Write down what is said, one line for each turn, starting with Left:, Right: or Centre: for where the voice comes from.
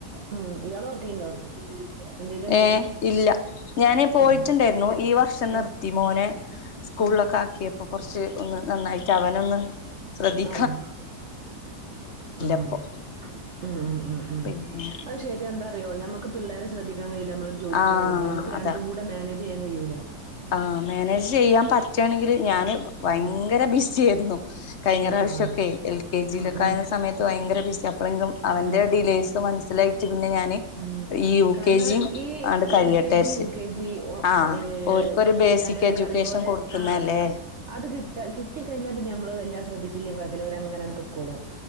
Right: ഉം ഇയാള് വർക്ക് ചെയ്യണ്ടോ എന്തേലും
Left: ഏഹ്
Right: ജോലി
Left: ഇല്ല ഞൻ പോയിട്ടുണ്ടായിരുന്നു
Right: ആ
Left: ഈ വർഷം നിർത്തി
Right: ഉം
Left: മോനെ സ്കൂളിലൊക്കെ
Right: ഉം
Left: ആക്കിയപ്പോ കുറച്ച് ഒന്ന് നന്നായിട്ട് അവനൊന്ന് ശ്രദ്ധി
Right: ആഹ് ഉം
Left: ഇപ്പൊ
Right: ഉം ഉം ഉം ഉം
Left: പിന്നെ
Right: അത് ശരിയ എന്താ അറിയോ നമ്മുക്ക് പിള്ളേരെ ശ്രദ്ധിക്കാൻ കഴിയ നമ്മള് ഒരു ജോലിക്ക്
Left: ആ
Right: പോവുപ്പോ നമുക്ക്
Left: അതാ
Right: രണ്ടുംകൂടി മാനേജ് ചെയ്യൻ കഴിയൂല്ല
Left: ആഹ് മാനേജ് ചെയ്യാൻ പറ്റുണെകില് ഞാന് ഭയങ്കര
Right: ആഹ്
Left: ബിസിയായിരുന്നു കഴിഞ്ഞ
Right: ആഹ്
Left: പ്രാവശ്യംക്കെ എ എൽ കെ ജിയിലൊക്കെ
Right: ഉം ഉം
Left: ആകുന്ന സമയത്ത് ഭയങ്കര ബിസി എപ്പേഴും അവന്റെ
Right: ഉം
Left: ഡീലെൽസ് മനസ്സി മസിലായിട്ടു പിന്നെ ഞാന്
Right: ഉം
Left: ഈ യു
Right: കാരണം
Left: കെ ജിയും
Right: ഈ
Left: ആണ്ട് കഴിയട്ടെരിച്ച്
Right: എൽ കെ ജി യു കെ ജി
Left: ആഹ്
Right: ഏ
Left: ഓര്ക്കൊരു
Right: ഫസ്റ്റ്
Left: ബേസിക്
Right: സ്റ്റാൻഡേർഡ്
Left: എഡ്യൂക്കേഷൻ
Right: കഴിയും പോലെ
Left: കൊടുക്കുന്നല്ലേ
Right: ആഹ് അത് കിട്ട കിട്ടി കഴിഞ്ഞാൽ പിന്നെ നമ്മള് എല്ലാം ശ്രദ്ധിച്ച വല്യ കുഴപ്പമില്ല അവരങ്ങനെ പോക്കോളും